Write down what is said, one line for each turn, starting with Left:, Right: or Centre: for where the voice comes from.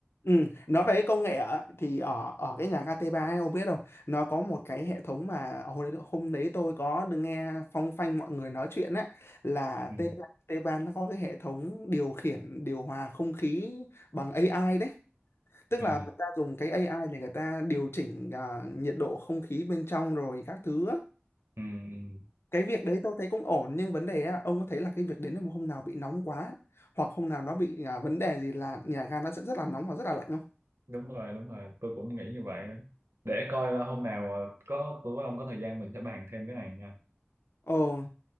Left: ừ nói về cái công nghệ á, thì ở ở cái nhà KT3 ấy, ông biết không nó có một cái hệ thống mà hồi đấy, hôm đấy tôi có được nghe phong phanh mọi người nói chuyện á là
Right: ừ,
Left: T T3 nó có cái hệ thống điều khiển điều hòa không khí bằng AI đấy tức
Right: ừ,
Left: là người ta dùng cái AI để người ta điều chỉnh à, nhiệt độ không khí bên trong rồi các thứ á
Right: ừ, ừ.
Left: cái việc đấy tôi thấy cũng ổn nhưng vấn đề á, ông có thấy là cái việc đến một hôm nào bị nóng quá hoặc hôm nào nó bị à, vấn đề gì là nhà ga nó sẽ rất là nóng hoặc rất là lạnh không?
Right: đúng rồi đúng rồi tôi cũng nghĩ như vậy á. để coi là hôm nào ờ, có tôi với ông có thời gian mình sẽ bàn thêm cái này nha
Left: Ồ,